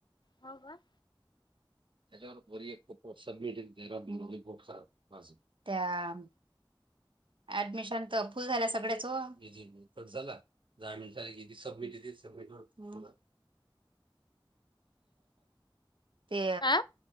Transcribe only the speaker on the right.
त्याच्यावर व एक <unintelligible> ब खबज त्या <unintelligible> ऍडमिशन तर फुल झाल्या सगळ्याचो दीदी झाला दहा मिनट झाला सबमिट येतंय सबमिटवर ते